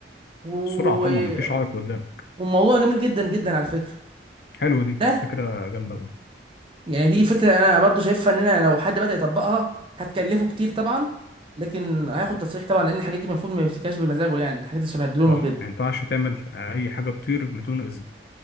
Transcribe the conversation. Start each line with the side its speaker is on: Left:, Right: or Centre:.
Right: و...
Left: السرعة طبعا
Right: و-
Left: مفيش عائق قدام
Right: وموضوع جميل جدا جدا على فكرة
Left: حلو دي
Right: ده
Left: فكرة جامدة أوي.
Right: يعني دي فكرة انا برضو شايفها اننا لو حد بدأ يطبقها هتكلفه كتير طبعا لكن هياخد تصريح طبعا لان الحاجات دي المفروض ما يمسكهاش بمزاجه يعني الحاجات اللي شبه الدرون
Left: صح
Right: وكده
Left: ما ينفعش تعمل آه، أي حاجة تطير بدون إذن